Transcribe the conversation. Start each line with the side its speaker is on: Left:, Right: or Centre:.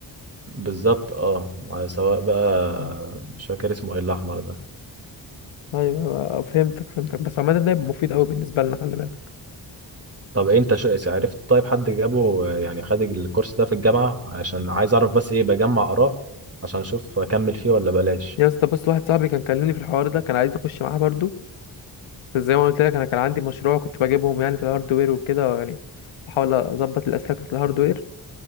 Right: بالظبط أه على سواء بقى
Left: مم.
Right: مش فاكر اسمه إيه الأحمر ده
Left: ايوه فهمتك فهمتك بس عامه ده يبقى مفيد قوي بالنسبه لنا خلي بالك
Right: طب أنت ش- عرفت طيب حد جابه يعني خد الكورس ده في الجامعة عشان عايز أعرف بس إيه بجمع آراء عشان أشوف أكمل فيه ولا بلاش
Left: يا اسطى بص واحد صاحبي كان كلمني في الحوار ده كان عايز اخش معاه برضو بس زي ما قلت لك انا كان عندي مشروع كنت بجيبهم يعني في الهاردوير وكده يعني بحاول اظبط الاسلاك في الهاردوير